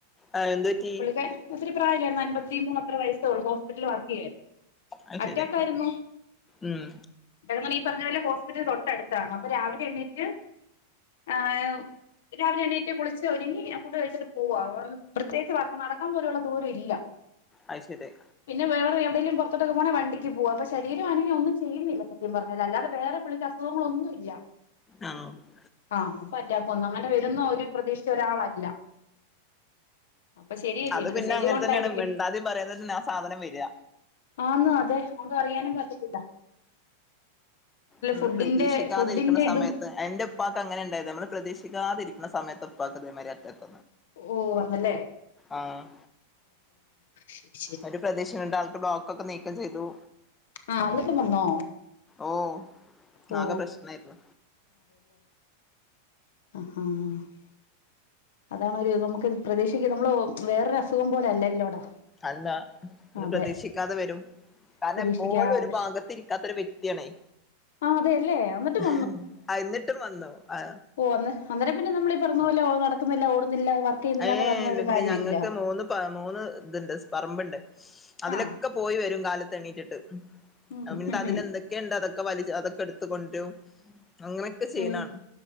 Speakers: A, on the left; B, on the left.
A: ആഹ് എന്ത് പറ്റി
B: പുള്ളിക്ക് ഒത്തിരി പ്രായല്ലായിരുന്നു അൻപത്തി മൂന്നോ വയസ്സൊള്ളൂ ഹോസ്പിറ്റല് വർക്ക് ചെയ്യായിരുന്നു.
A: അത്
B: അറ്റാക്ക്
A: ശരി
B: ആയിരുന്നു
A: ഉം
B: <unintelligible> ഈ പറഞ്ഞ പോലെ ഹോസ്പിറ്റൽ തൊട്ടടുത്താണ് അപ്പൊ രാവിലെ എണീറ്റ് ഏഹ് രാവിലെ എണീറ്റ് കുളിച്ച് ഒരുങ്ങി ഫുഡ് കഴിച്ചിട്ട് പോവാ പ്രത്യേകിച്ച് വർക്ക് നടക്കൻ പോലുള്ള ദൂര ഇല്ല
A: അത് ശരിയാ
B: പിന്നെ വെറെ എടെങ്കിലും പൊറത്തെട്ടൊ പോണങ്കി വണ്ടിക്ക് പോക അപ്പോ ശരീര അനങ്ങി ഒന്ന ചെയ്യുന്നില്ല സത്യം പറഞ്ഞാ അല്ലാതെ വേറെ പുള്ളിക്ക് അസുഖങ്ങളൊന്നുയില്ല
A: ആ <unintelligible>
B: ആഹ് അപ്പോ അറ്റാക്ക്‌വന്ന് അങ്ങനെ വരുന്ന ഒരു പ്രതീക്ഷ ഒരാളല്ല അപ്പൊ ശരിയ
A: അത്
B: ജീവിതശൈലി
A: പിന്നെ അങ്ങനെ
B: കൊണ്ടായിരിക്കും
A: തന്നെയാണ് മിണ്ടാതെയും പറയാതെയും തന്നെ ആ സാധനം വര്ക
B: ആന് അതെ നമുക്ക് അറിയാനും പറ്റത്തില്ല.
A: നമ്മള്
B: ഫുഡിന്റെ
A: പ്രതീക്ഷിക്കാതെ
B: ഫുഡിന്റെ
A: ഇരിക്കണ സമയത്ത്-
B: ഇതും
A: എന്റെ ഉപ്പാക്ക് അങ്ങനെ ഒണ്ടായതാ നമ്മള് പ്രതീക്ഷിക്കാതിരിക്കുന്ന സമയത്താ ഉപ്പാക്ക് ഇതേമാതിരി അറ്റാക്
B: ഓഹ് വന്നല്ലെ
A: ആഹ്
B: ശരി ശരി
A: ഒരു പ്രദേശയുണ്ട് ആൾക്ക് ബ്ലോക്ക് ഒക്കെ നീക്കം ചെയ്തു
B: ആഹ് അന്നിട്ടും വന്നോ
A: ഓഹ്
B: ഓ
A: ആകെ പ്രശ്നയായിരുന്നു
B: ഉം അതാണ് ഒരു നമുക്ക് പ്രതീക്ഷിക്ക് നമ്മള് വേറൊരു അസുഖം പോലെ അല്ലല്ലോടാ
A: അത് എന്താ ഇത്
B: അതെ
A: പ്രതീക്ഷിക്കാതെ വരും. കാരണം
B: പ്രതീക്ഷിക്കാതെ
A: എപ്പോഴും ഒരു ഭാഗത്ത് ഇരിക്കാത്ത ഒരു വ്യക്തിയാണേ
B: ആ അതെല്ലേ എന്നിട്ടും
A: ആഹ് എന്നിട്ടും വന്നു ആ
B: ഓഹ് അന്ന് അന്നേരം പിന്നെ നമ്മള് ഈ പറയുന്നപോലെ ഓള് നടക്കുന്നില്ല ഓടുന്നില്ല വർക്ക് ചെയ്യുന്നില്ല
A: ഏഹ്
B: എന്ന് പറഞ്ഞപോല് കാര്യ
A: ഞങ്ങൾക്ക്
B: ഇല്ല
A: മൂന്ന് മൂന്ന് ഇതുണ്ട് പറമ്പുണ്ട് അതിലൊക്കെ
B: ആ
A: പോയി വരും കാലത്ത് എണീറ്റിട്ട്
B: ഉം
A: പിന്നെ
B: ഉം
A: അതില് എന്തൊക്കെയ ഒണ്ട് അതൊക്കെ വല അതൊക്കെ എടുത്തൊണ്ടുകൊണ്ട് വരും അങ്ങനെ ചെയ്യാണ്
B: ഉം